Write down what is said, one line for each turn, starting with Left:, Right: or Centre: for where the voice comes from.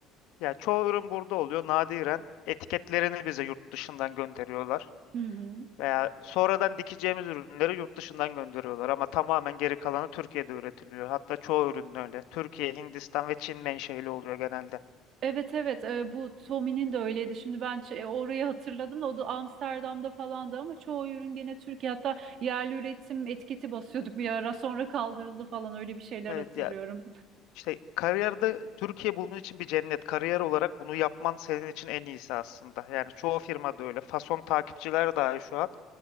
Left: Ya çoğu ürün burada oluyor. Nadiren etiketlerini bize yurt dışından gönderiyorlar.
Right: Hı hı.
Left: Veya sonradan dikeceğimiz ürünleri yurt dışından gönderiyorlar ama tamamen geri kalanı Türkiye'de üretiliyor. Hatta çoğu ürün öyle. Türkiye, Hindistan ve Çin menşeli oluyor genelde.
Right: Evet evet e, bu Tommy'nin de öyleydi. Şimdi ben ç- e, orayı hatırladım da o da Amsterdam'da falandı ama çoğu ürün gene Türkiye hatta yerli üretim etiketi basıyorduk bir ara sonra kaldırıldı falan öyle bir şeyler
Left: Evet
Right: hatırlıyorum.
Left: ya İşte kariyerde Türkiye bunun için bir cennet. Kariyer olarak bunu yapman senin için en iyisi aslında. Yani çoğu firmada öyle. Fason takipçiler dahi şu an